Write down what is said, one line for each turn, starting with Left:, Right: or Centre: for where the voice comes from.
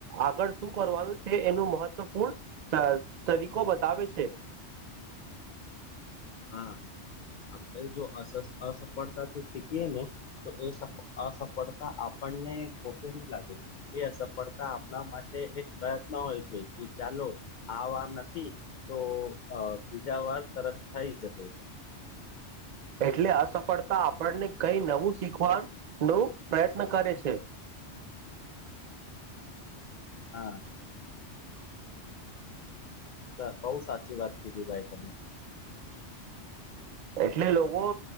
Right: આગળ શું કરવાનું છે એનું મહત્વપૂર્ણ ત તરીકો બતાવે છે.
Left: હા આપણે જો અસસ અસફળતાથી શીખીએ ને તો એ સ અસફળતા આપ પણને <unintelligible> લાગે એ સફળતા આપણા માટે એક પ્રયત્ન હોય છે કે ચાલો આ વાર નથી તો અ બીજા વાર તરત થઈ જશે.
Right: એટલે અસફળતા આપણને કઈ નવું શીખવાનો પ્રયત્ન કરે છે. <inaudible>
Left: હા. દ, બહુ સાચી વાત કીધી ભાઈ તમે.
Right: એટલે લોકો